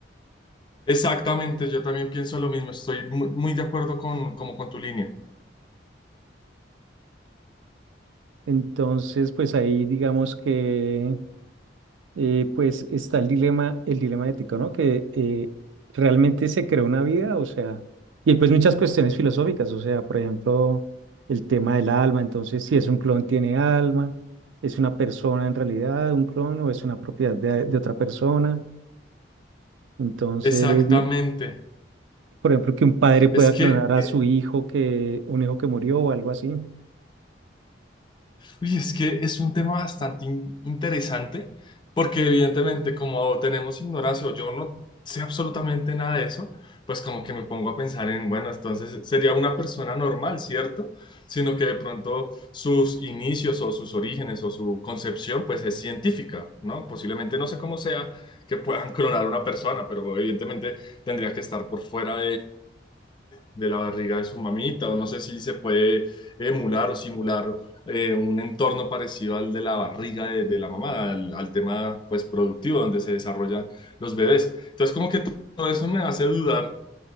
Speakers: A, on the left (about 25°); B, on the right (about 80°).
A: Exactamente, yo también pienso lo mismo, estoy mu- muy, de acuerdo con, como con tu línea.
B: Entonces, pues ahí digamos que eh, pues está el dilema, el dilema ético, ¿no? Que eh, realmente se creó una vida, o sea, y hay, pues muchas cuestiones filosóficas, o sea, por ejemplo, el tema del alma, entonces si es un clon tiene alma, es una persona en realidad, un clon, o es una propiedad de, de otra persona, entonces,
A: Exactamente.
B: no- por ejemplo, que un padre pueda
A: Es que
B: clonar a
A: eh,
B: su hijo, que un hijo que murió o algo así,
A: Uy, es que es un tema bastante in- interesante porque evidentemente como tenemos ignorancia o yo no sé absolutamente nada de eso, pues como que me pongo a pensar en, bueno, entonces sería una persona normal, ¿cierto? Sino que de pronto sus inicios o sus orígenes o su concepción pues es científica, ¿no? Posiblemente no sé cómo sea que puedan <laughs> clonar una persona, pero evidentemente tendría que estar por fuera de la barriga de su mamita, o no sé si se puede emular o simular eh, un entorno parecido al de la barriga de, de la mamá, al, al tema pues productivo donde se desarrollan los bebés. Entonces como que todo eso me hace dudar,